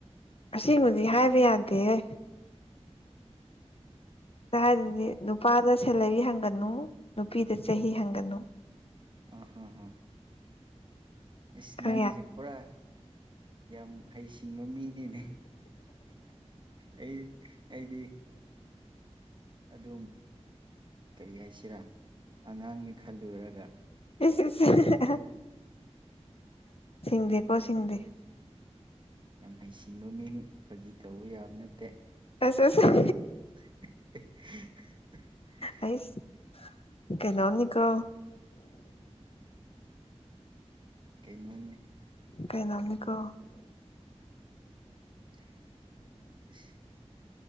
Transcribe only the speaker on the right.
ꯑꯥ ꯍꯥ ꯍꯥ ꯑꯁ
ꯅꯪꯒꯤꯁꯦ ꯄꯨꯔꯥ ꯌꯥꯝ ꯃꯍꯩꯁꯤꯡꯕ ꯃꯤꯅꯤꯅꯦ ꯑꯩ ꯑꯩꯗꯤ ꯑꯗꯨꯝ ꯀꯔꯤ ꯍꯥꯏꯁꯤꯔꯥ ꯑꯉꯥꯡꯅꯤ ꯈꯜꯂꯨꯔꯒ
ꯌꯥꯝ ꯌꯥꯝ ꯍꯩꯁꯤꯡꯕ ꯃꯤꯅꯤ ꯐꯥꯒꯤ ꯇꯧꯕ ꯌꯥꯕ ꯅꯠꯇꯦ
<unintelligible>
ꯀꯩꯅꯣꯝꯅꯦ
<unintelligible>